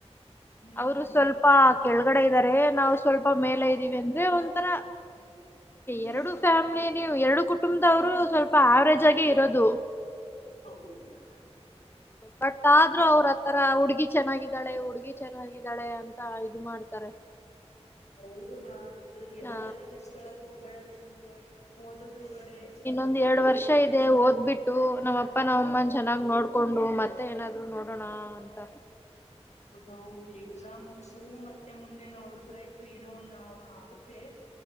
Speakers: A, on the left (about 80°); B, on the left (about 20°).
A: ಹ್ಮ್
B: ಅವರು ಸ್ವಲ್ಪ ಕೆಳಗಡೆ ಇದ್ದಾರೆ ನಾವು ಸ್ವಲ್ಪ ಮೇಲೆ ಇದ್ದೀವಿ ಅಂದ್ರೆ ಒಂಥರ-
A: ಹ್ಮ್
B: ಎರಡು ಫ್ಯಾಮ್ಲಿ ಎರಡು ಕುಟುಂಬದವರು ಸ್ವಲ್ಪ ಆವರೇಜ್ ಆಗಿ ಇರೋದು
A: ಹೌದಾ
B: ಬಟ್ ಆದ್ರೂ ಅವ್ರ. ಆ ತರ ಹುಡ್ಗಿ ಚೆನ್ನಾಗಿದ್ದಾಳೆ ಹುಡ್ಗಿ ಚೆನ್ನಾಗಿದ್ದಾಳೆ ಅಂತ ಇ ಮಾಡ್ತಾರೆ-
A: ಹೌದಾ ಅದ್ರ ಎಲ್ಲ
B: ಹ
A: ತಲೆ ಕೆಡ್ಸ್ಕಳಕ್ ಹೋಗ್ಬೇಡ ನೀನು ಓದದ್ರುಗಡೆ.
B: ಒಂದ್ ಎರಡ್ ವರ್ಷ ಇದೆ ಓದ್ಬ ಬಿಟ್ಟು ನಮ್ಮ ಅಪ್ಪ ನಾವ ಅಮ್ಮನ ಚೆನ್ನಾಗ್ ನೋಡ್ಕೊಂಡು ಮತ್ತೆ ಏನಾದ್ರು ನೋಡೋಣ ಹಂತ
A: ಹೌದೌದು ಎಕ್ಸಾಮ್ ಮುಗ್ಸು ಮತ್ತೆ ಮುಂದೆ ನೋಡುದ್ರಾಯ್ತು ಏನೋ ಒಂದ ಆಗುತ್ತೆ